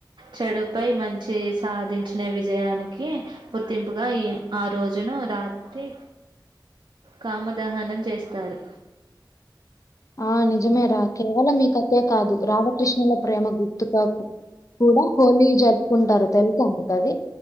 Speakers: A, on the right (about 75°); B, on the left (about 45°).
A: చెడు పై మంచి సాధించిన విజయానికి గుర్తింపుగా ఈ ఆ రోజును రాత్రి కామదహనం చేస్తారు
B: ఆ నిజమే రా కేవలం మీ కతే కాదు రామకృష్ణుల ప్రేమ గుర్తు గా కూడా హోలీ జరుపుకుంటారు తెలుసా మీకు అది